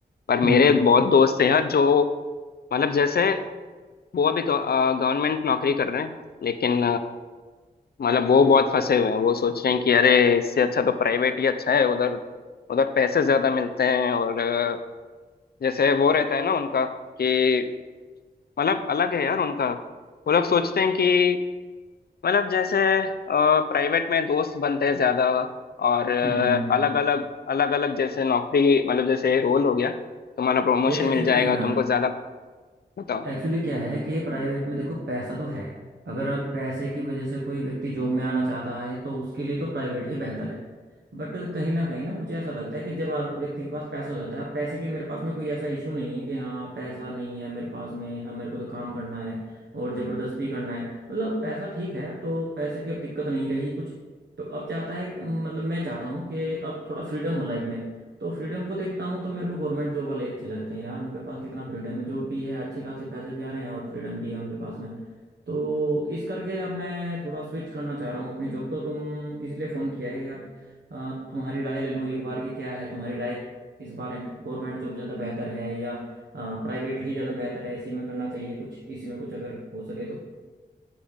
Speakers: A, on the left; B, on the right.
A: पर
B: हम्म
A: मेरे बहुत दोस्त हैं यार जो मतलब जैसे वो अभी गवर्नमेंट नौकरी कर रहे हैं लेकिन मतलब वो बहुत फंसे हुए हैं वो सोच रहे हैं कि अरे इससे अच्छा तो प्राइवेट ही अच्छा है उधर उधर पैसे ज्यादा मिलते हैं और अ, जैसे वो रहता है ना उनका कि मतलब अलग है यार उनका वो लोग सोचते हैं कि मतलब जैसे प्राइवेट में दोस्त बनते हैं ज्यादा और अलग
B: हम्म हम्म हम्म।
A: अलग अलग अलग जैसे नौकरी मतलब जैसे रोल हो गया तुम्हारा प्रमोशन
B: यार एक्चुअली
A: मिल जाएगा
B: क्या है ना
A: तुमको ज्यादा बताओ
B: एक्चुअली क्या है कि प्राइवेट में देखो पैसा तो है अगर आप पैसे की वजह से कोई व्यक्ति जॉब में आना चाहता है तो उसके लिए तो प्राइवेट ही बेहतर है बट कहीं ना कहीं ना मुझे ऐसा लगता है कि जब आप- व्यक्ति के पास पैसा हो जाता है अब पैसे की मेरे पास में कोई ऐसा इशू नहीं है कि हाँ पैसा नहीं है मेरे पास में अब मेरे को तो काम करना है और ज़बरदस्ती करना है मतलब पैसा ठीक है तो पैसे की अब दिक्कत नहीं रही कुछ तो अब चाहता है मतलब मैं चाहता हूँ कि अब थोड़ा फ्रीडम हो लाइफ में तो फ्रीडम को देखता हूँ तो मेरे को गवर्नमेंट जॉब वाले ही अच्छे लगते हैं यार उनके पास कितना फ्रीडम है जो भी है अच्छी खासी पैसे भी आ रहे हैं और फ्रीडम भी है उनके पास में तो इस करके अब मैं थोड़ा स्विच करना चाह रहा हूँ अपनी जॉब तो तुम इसलिए फ़ोन किया है कि यार अ, तुम्हारी राय ले लूँ एक बार कि क्या है तुम्हारी राय इस बारे में गवर्नमेंट जॉब ज़्यादा बेहतर है या प्राइवेट ही ज़्यादा बेहतर है इसी में करना चाहिए कुछ इसी में कुछ अगर हो सके तो